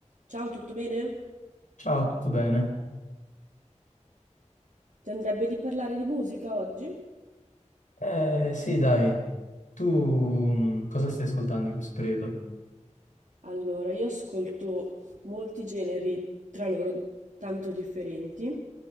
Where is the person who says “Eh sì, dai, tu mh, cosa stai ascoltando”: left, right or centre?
Left